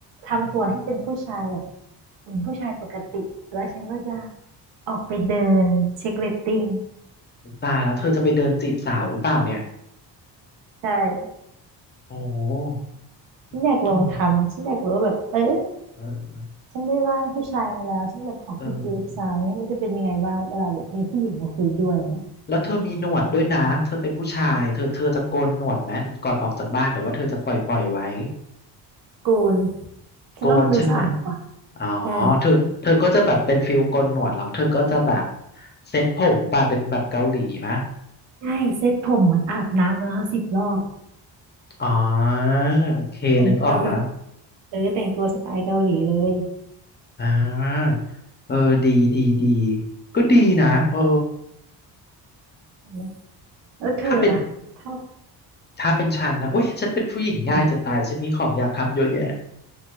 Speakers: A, on the right; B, on the left.
A: ทำตัวให้เป็นผู้ชายแบบเหมือนผู้ชายปกติแล้วฉันก็จะออกไปเดินเช็คเรตติ้ง
B: ตายแล้วเธอจะไปเดินจีบสาวหรือเปล่าเนี่ย
A: ใช่
B: โอ้
A: ฉันอยากลองทำฉันอยากรู้ว่าแบบเออ
B: อืมเออ
A: ฉันได้ร่างผู้ชายมาแล้วฉันแบบออกไปจีบสาวเนี้ยมันจะเป็นยังไงบ้างเวลาแบบมีผู้หญิงมาคุยด้วยเนี้ย
B: เออแล้วเธอมีหนวดด้วยนะเธอเป็นผู้ชายเธอเธอจะโกนหนวดไหมก่อนออกจากบ้านเดี๋ยวว่าเธอจะปล่อยปล่อยไว้
A: กูนฉันว่ามันดูสะอาดกว่า
B: โกนใช่ไหมอ๋อ
A: ใช่
B: เธอเธอก็จะแบบเป็นฟิลโกนหนวดแล้วเธอก็จะแบบเซ็ตผมแบบเป็นแบบเกาหลีมะ
A: ใช่เซ็ตผมเหมือนอาบน้ำมาแล้วสิบรอบ
B: อ๋อโอเคนึกออกแล้ว
A: แต่งตัวแบบเออแต่งตัวสไตล์เกาหลีเลย
B: อ่าเออดีดีดีก็ดีนะเออ
A: นะแล้วเธอล่ะชอบ
B: ถ้าเป็นถ้าเป็นฉันนะโอ้ยฉันเป็นผู้หญิงง่ายจะตายฉันมีของอยากทำเยอะแยะ
A: อ่ะ